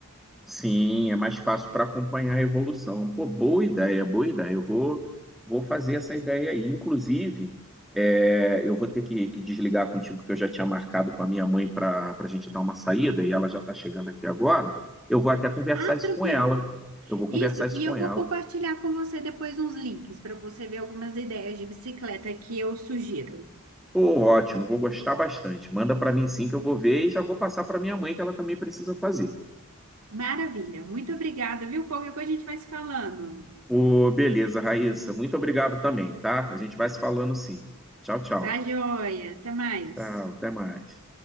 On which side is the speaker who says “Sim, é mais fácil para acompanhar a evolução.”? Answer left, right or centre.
Centre